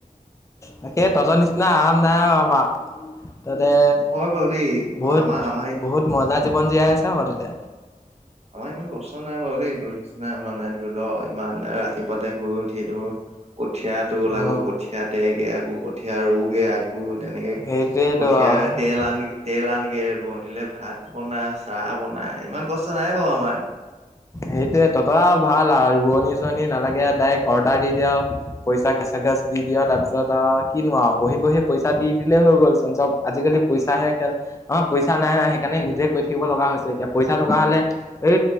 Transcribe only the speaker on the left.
তাকে তহঁতৰ নিচিনা আৰাম নাই আও আমাৰ, তহঁতে
বহুত
বহুত মজা জীৱন জীয়াই আছে ক তহঁতে।
অ
সেইটোৱেইতো
সেইটোয়ে তহঁত ভাল আও ৰোৱণী চোৱণনি নালাগে ডাইৰেক্ট অৰ্ডাৰ দি দিয়। পইচা গেচা গেচ দি দিয়, তাৰ পিছত আহ কিনো আও বহি বহি পইচা দি দিলে হৈ গ'লচোন, চব আজিকালি পইচাহে খেল অঁ পইচ চা নাই সেইকাৰণে নিজে কৰি থাকিব লগা হৈছে, এতিয়া পইচা থকা হলে এই